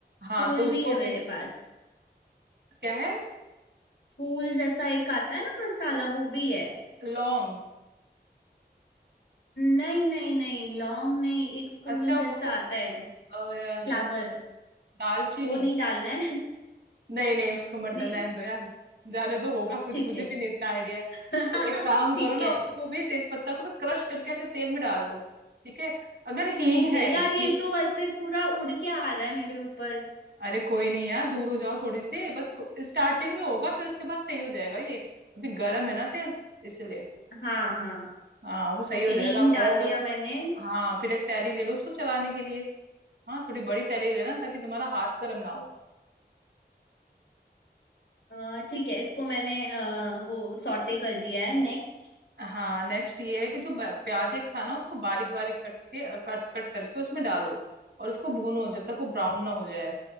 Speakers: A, on the right; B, on the left.
A: हाँ
B: फूल
A: तो उसको
B: भी है मेरे
A: भी
B: पास
A: क्या है
B: फूल जैसा एक आता है ना मसाला वो भी है
A: लौंग
B: नहीं नहीं नहीं लॉन्ग नहीं एक फूल
A: अच्छा
B: जैसा
A: वो
B: आता है
A: ओ यार
B: फ्लावर
A: दे- दालचीनी
B: वो नहीं डालना है
A: नहीं नहीं उसको
B: <laughs>
A: मत डर-
B: नहीं
A: रहने दो यार जाने तो होगा कुछ
B: ठीक
A: मुझे
B: है
A: भी नहीं इतना आइडिया है
B: <laughs>
A: तो एक काम
B: ठीक
A: करो ना
B: है
A: उसको भी तेज पत्ता को भी क्रश करके ऐसे तेल में डाल दो ठीक है अगर हींग
B: ठीक
A: है
B: है यार
A: हींग
B: ये तो ऐसे पूरा उड़ के आ रहा है मेरे ऊपर
A: अरे कोई नहीं यार दूर हो जाओ थोड़ी सी बस स्टार्टिंग में होगा फिर उसके बाद सही हो जाएगा ये अभी गर्म है ना तेल इसलिए
B: हाँ हाँ
A: हाँ वो सही
B: ओके
A: हो जाएगा
B: हींग
A: आप
B: डाल
A: थोड़ा सा
B: दिया मैंने
A: हाँ फिर एक तैली ले लो उसको चलाने के लिए हाँ थोड़ी बड़ी तैली लेना ताकि तुम्हारा हाथ गर्म ना हो
B: अ, ठीक है इसको मैंने अ, वो सॉटे कर दिया है नेक्स्ट
A: हाँ नेक्स्ट ये है कि जो ब- प्याज एक था ना उसको बारीक बारीक कट के कट कट करके उसमें डालो और उसको भूनो जब तक वो ब्राउन ना हो जाए